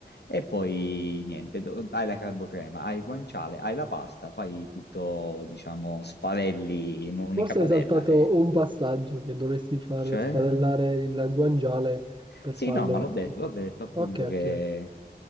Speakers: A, on the left; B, on the right.
A: E poi niente, do- hai la carbocrema, hai il guanciale, hai la pasta, fai tutto, diciamo, spalelli in un'unica
B: Forse
A: padella
B: hai saltato
A: e...
B: un passaggio che dovresti far
A: Cioè?
B: spadellare il guanciale per
A: Sì,
B: farlo.
A: no, ma l'ho detto, l'ho detto appunto
B: Ok,
A: che...
B: ok.